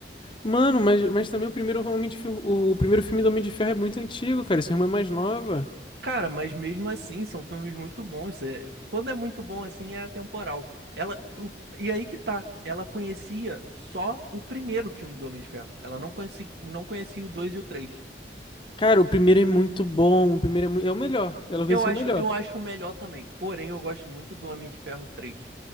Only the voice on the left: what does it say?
Mano, mas, mas também o primeiro Homem de Ferro, o, o primeiro filme do Homem de Ferro é muito antigo, cara. Essa irmã é mais nova.
Cara, o primeiro é muito bom. O primeiro é, mui- é o melhor. Ela vai
ser
o melhor.